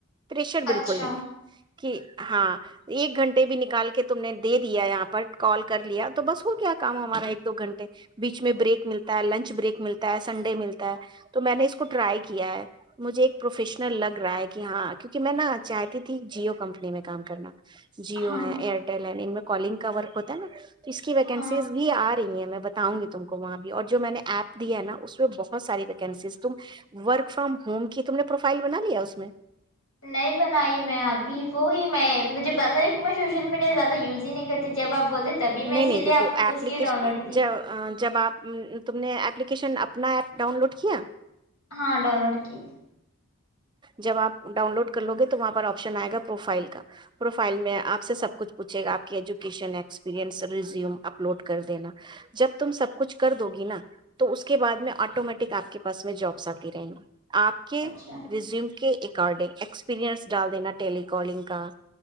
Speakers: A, on the right; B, on the left.
A: پریشر بالکل
B: اچھا
A: نہیں ہے کہ ہاں ایک گھنٹے بھی نکال کے تم نے دے دیا یہاں پر کال کر لیا تو بس ہو کیا کام ہمارا ایک دو گھنٹے بیچ میں بریک ملتا ہے لنچ بریک ملتا ہے سنڈے ملتا ہے تو میں نے اس کو ٹرائی کیا ہے مجھے ایک پروفیشنل لگ رہا ہے کہ ہاں کیونکہ میں نہا چاہتی ت جیو کمپنی میں کام کرنا جیو
B: ہاں
A: ہے ایئرٹیل ہے ان میں کالنگ کورک ہوتا ہے نا اس کی ویکنسیز
B: ہاں
A: بھی آٹ رہی ہے میں بتاؤں گی ت کو وہاں بھی اور جو میں نے ایپ دیا ہے نا اس میں بہت ساری ویکینسیز تم ورک فرام ہوم کی تم نے پروفائل بنا لیا اس میں
B: نہیں بنائی میں ابھی وہی میں ج سوشل میڈیاات یز ہی نہیں کرتی جب آپ بولتے تبھی
A: نہیں
B: میں اسی
A: نہیں دیکھو
B: لیے آپ کو
A: ایلیکیشن
B: پوچھ کے ڈاؤن لوڈ کی
A: ج جب آپ تم نے اپلیکیشن اپنا ایپ ڈاؤن لوڈ کیا
B: ہاں ڈاؤن لوڈ کی
A: جب آپ ڈاؤن لوڈ کر لو گے تو وہاں پر آپشن آئے گا پروفائل کا پروفائل میں آپ سے سب کچھ پوچھے گا آپ کی ایجوکشن ایکسپریئنس ریزیوم اپلوڈ کر دینا جب تم سب کچھ کر دو گی نا تو اس کے بعد میں آٹومیٹک آپ کے پاس میں جابس آتی رہیں گی آپ کے
B: اچھا
A: کے اکارڈنگ ایکسپیرئنس ڈال دینا ٹیلییکالنگ کا